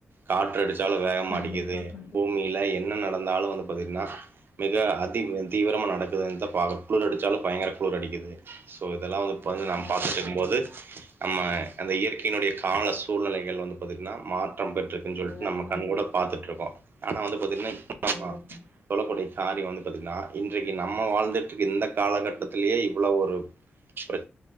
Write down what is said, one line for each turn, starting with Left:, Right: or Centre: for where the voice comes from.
Right: காற்றுடுச்சாலு வேகமா
Left: கண்டிப்பா,
Right: அடிக்குது
Left: கண்டிப்பா.
Right: பூமியில என்ன நட ந்தாலு வந்து பாத்திட்னா மிக அதி தீவிரமா நடக்குது இந்தபாகு குளுர் அடுச்சாலு பயங்கர குளுர் அடிக்குது சோ இதெல்லா வந்து இப்பலந்து நம்
Left: ஆமா,
Right: பாத்துட்ருக்கும்போது
Left: ஆமா.
Right: நம்ம அந்த இயற் கையினுடைய கால சூழ்நெலைகள் வந்து பாத்திட்னா மாற் றம் பெற்றுக்குன் சொல்ட்டு
Left: எல்லாமே
Right: நம்ம
Left: மாறிடுச்சு.
Right: கண் கூட பாத்துட்ருக்கோ ஆனா வந்து பாத்திட்னா <inaudible>
Left: கண்டிப்பா.
Right: சொலக்கூடிய காரிய வந்து பாத்திட்னா இன்றைக்கு நம்ம வாழ்ந்துட்ருக்க இந்த காலகட்டத்துலயே இவ்ளோ ஒரு பிர